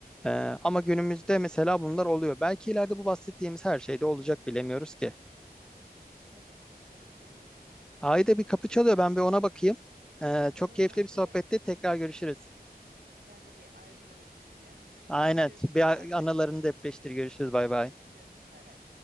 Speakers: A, in the centre; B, on the right (about 65°).
A: Ee, ama günümüzde
B: hı,
A: mesela bunlar oluyor. Belki ileride bu bahsettiğimiz her şeyde olacak bilemiyoruz ki.
B: evet gerçekten öyle.
A: Ayda bir kapı çalıyor ben bir ona bakayım. Ee,
B: Tamam
A: çok keyifli
B: ben
A: bir sohbetti
B: de
A: tekrar görüşürüz.
B: ben de bir Iron Man izleyeyim ya. <laughs>
A: Aynen
B: Hadi görüşürüz
A: bir
B: bay bay.
A: anılarını depreştir görüşürüz bay bay.
B: Görüşürüz bay bay.